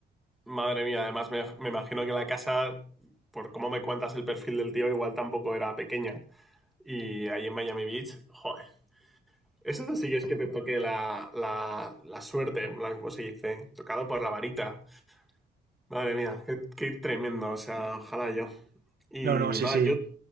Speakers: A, in the centre; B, on the right.
A: Madre mía, además me, me imagino que la casa, por cómo me cuentas el perfil del tío, igual tampoco era pequeña. Y ahí en Miami Beach, joder. Eso sí es que te toque la, la, la suerte, en plan, ¿cómo se dice? Tocado por la varita. Madre mía, qué, qué tremendo, o sea, ojalá yo. Y
B: No, no, sí,
A: nada,
B: sí.
A: yo,